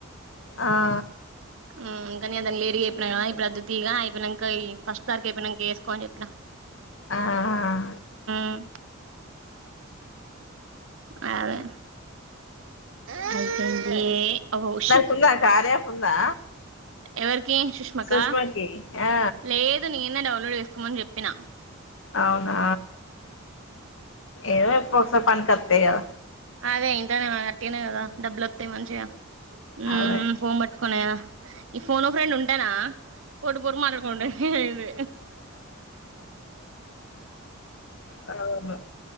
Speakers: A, on the left (about 60°); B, on the right (about 65°).
A: ఆ
B: మ్ ఇంకా దానికి లేటుగా చెప్పిన ఇప్పుడు వద్దుతిగా అయిపోయినాక ఫస్ట్ తారికి అయిపోయినాక ఎసుకో అని చెప్పిన
A: ఆ
B: మ్ అదే అయిపోయినదే ఓహోషు
A: దానికుందా కార్యయాప్ ఉందా
B: ఎవరికి సుష్మకా
A: సుష్మాకి ఆ
B: లేదు నేనే డౌన్లోడ్ చేసుకోమని చెప్పినా
A: అవునా ఏదో ఎప్పడికో పని కోస్తాయి గదా
B: అదే ఇంటనే ఒట్టినే గదా డబ్బులు వస్తతాయి మంచిగా మ్
A: ఆ అదే
B: ఫోన్ పట్టుకునే గదా ఈ ఫోన్ ఫర్డ్ ఉంటేనా పొట్టు పొట్టు మాట్లాడు తుండే ఇది
A: అలెవరనో